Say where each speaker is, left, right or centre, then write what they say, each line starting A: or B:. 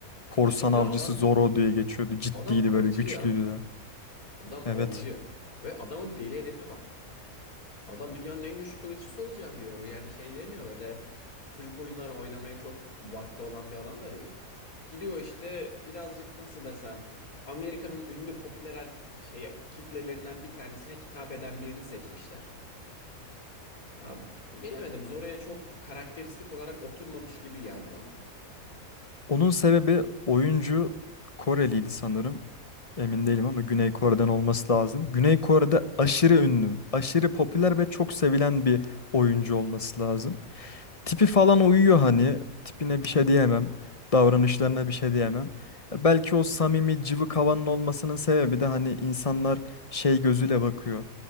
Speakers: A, on the left; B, on the left.
A: Korsan
B: Tabii canım
A: avcısı
B: adam
A: Zoro diye geçiyordu. Ciddiydi
B: adam avcı
A: böyle güçlüydü
B: ya.
A: de.
B: Adam
A: Evet.
B: avcı. Ve adamın deli hedefi var. Adam dünyanın en güçlü kılıççısı olacağım diyor. Yani şey demiyor öyle çocuk oyunları oynamaya çok vakti olan bir adam da değil. Gidiyor işte birazcık nasıl desem Amerika'nın ünlü popüler er- şey kitlelerinden bir tanesine hitap eden birini seçmişler. Ya, bilemedim Zora'ya çok karakteristik olarak oturmamış gibi geldi bana.
A: Onun sebebi oyuncu Koreliydi sanırım. Emin değilim ama Güney Kore'den olması lazım. Güney Kore'de aşırı ünlü, aşırı popüler ve çok sevilen bir oyuncu olması lazım. Tipi falan uyuyor hani. Tipine bir şey diyemem. Davranışlarına bir şey diyemem. E, Belki o samimi cıvık havanın olmasının sebebi de hani insanlar şey gözüyle bakıyor.